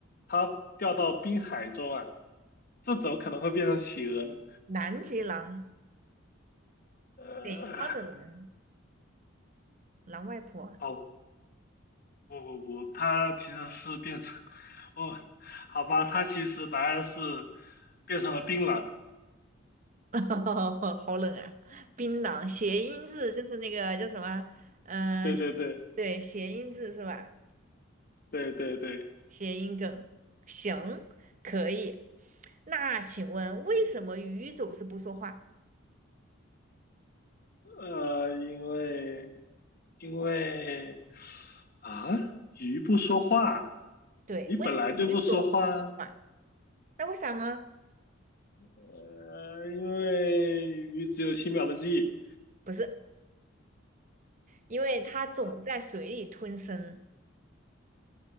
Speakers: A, on the left; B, on the right.
A: 它掉到冰海中啊，这怎么可能会变成企鹅呢？
B: 南极狼、
A: 呃，
B: 北方的狼、狼外婆，
A: 好，不不不，它其实是变成，哦，好吧，它其实答案是变成了槟榔。
B: <laughs> 好冷啊！槟榔谐音字就是那个叫什么？嗯、
A: 对对对
B: 呃对，谐音字是吧？
A: 对对对，
B: 谐音梗，行，可以。那请问为什么鱼总是不说话？
A: 呃，因为。因为啊，鱼不说话，
B: 对，
A: 鱼本来就不说话，
B: 为什么鱼总是不说话？那为啥呢？
A: 呃，因为鱼只有七秒的记忆，
B: 不是，因为它总在水里吞声，
A: 啊